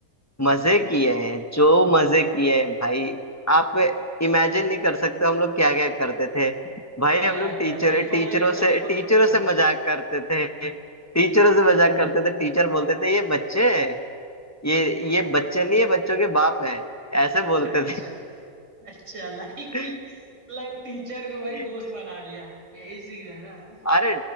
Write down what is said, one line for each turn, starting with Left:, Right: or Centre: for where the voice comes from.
Left: मजे किए हैं जो मजे किए हैं भाई आप इमेजिन नहीं कर सकते हम लोग क्या क्या करते थे भाई हम
Right: क्या लाइक
Left: लोग टीचर
Right: क्या भाई थोड़ा
Left: टीचरों
Right: एग्जांपल
Left: से टीचरों
Right: दो हाँ
Left: से
Right: हाँ
Left: मजाक करते थे टीचरों से
Right: हम्म
Left: मजाक
Right: हम्म
Left: करते थे टीचर बोलते थे ये बच्चे हैं ये ये बच्चे नहीं है बच्चों के बाप हैं ऐसे बोलते
Right: अच्छा अच्छा लाइक
Left: थे
Right: लाइक टीचर को
Left: <laughs>
Right: भाई दोस्त बना लिया यही सीन है ना
Left: अरे